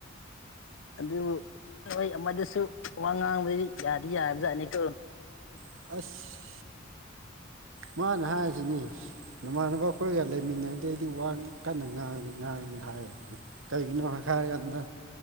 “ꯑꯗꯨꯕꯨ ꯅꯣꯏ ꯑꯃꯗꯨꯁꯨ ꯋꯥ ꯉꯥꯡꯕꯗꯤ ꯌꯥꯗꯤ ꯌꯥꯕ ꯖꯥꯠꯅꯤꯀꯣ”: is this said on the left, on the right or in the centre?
Left